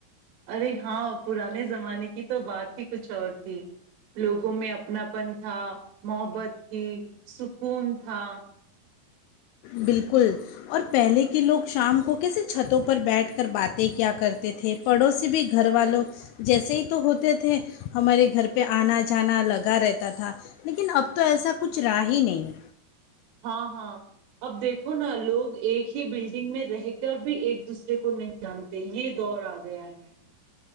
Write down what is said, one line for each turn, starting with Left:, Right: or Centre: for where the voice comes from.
Right: ارے ہاں پرانے زمانے کی تو بات ہی کچھ اور تھی لوگوں میں اپناپن تھا محبت تھی سکون تھا
Left: بالکل اور پہلے کے لوگ شام کو کیسے چھتوں پر بیٹھ کر باتیں کیا کرتے تھے پڑوسی بھی گھر والوں جیسے ہی تو ہوتے تھے ہمارے گھر پہ آنا جانا لگا رہتا تھا لیکن اب تو ایسا کچھ رہا ہی نہیں
Right: ہاں ہاں اب دیکھو نا لوگ ایک ہی بلڈنگ میں رہ کر بھی ایک دوسرے کو نہیں جانتے یہ دور آ گیا ہے